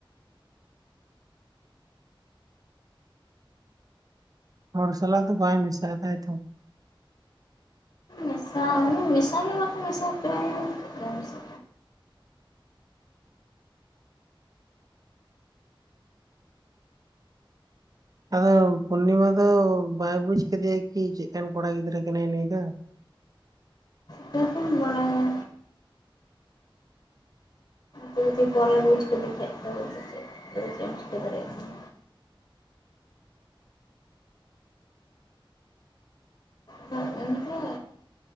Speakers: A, on the right; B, on the left.
A: ᱦᱚᱲ ᱥᱟᱞᱟ ᱫᱚ ᱵᱟᱭ ᱢᱮᱥᱟᱭ ᱛᱟᱭ ᱛᱚ
B: ᱢᱮᱥᱟᱭᱟᱧ ᱢᱮᱥᱟ ᱜᱮ ᱵᱟᱠᱚ ᱢᱮᱥ ᱟᱪᱳᱣᱭᱟ ᱟᱨ ᱪᱮᱫ ᱫᱚ ᱢᱮᱥᱟ
A: ᱟᱫᱚ ᱯᱩᱨᱱᱤᱢᱟ ᱫᱚ ᱵᱟᱭ ᱵᱩᱡ ᱠᱟᱫᱮᱭᱟ ᱠᱤ ᱪᱮᱫᱠᱟᱱ ᱠᱚᱲᱟ ᱜᱤᱫᱽᱨᱟᱹ ᱠᱟᱱᱟᱭ ᱱᱩᱭ ᱫᱚ᱾ <inaudible>
B: ᱪᱤᱠᱟᱹᱛᱮᱢ ᱵᱟᱲᱟᱭᱟ ᱡᱩᱫᱤ ᱯᱚᱨᱮ ᱵᱩᱡ ᱠᱤᱫᱤᱠᱷᱟᱡ ᱫᱚ ᱪᱮᱫ ᱮᱢ ᱪᱮᱠᱟᱹ ᱫᱟᱲᱮᱭᱟᱜᱼᱟ᱾ ᱫᱚ ᱮᱱᱛᱮ